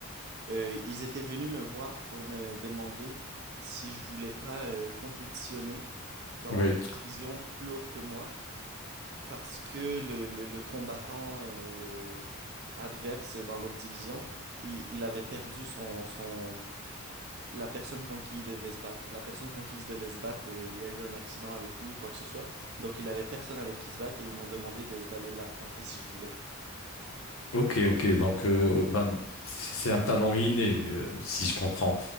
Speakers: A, on the right; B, on the left.
A: Euh, ils étaient venus me voir pour me demander si je voulais pas euh, compétitionner dans
B: Oui.
A: la
B: t-
A: division plus haute que moi parce que le, le- le combattant euh, adverse dans l'autre division, il, il avait perdu son, son la personne contre qui il devait se battre. La personne contre qui il devait se battre, euh, il y a eu un accident avec lui, quoi que ce soit. Donc il avait personne avec qui se battre et ils m'ont demandé de- d'aller l'affronter si je voulais.
B: Ok, ok. Donc, euh, bah, c'est c'est un talent inné, euh, si je comprends.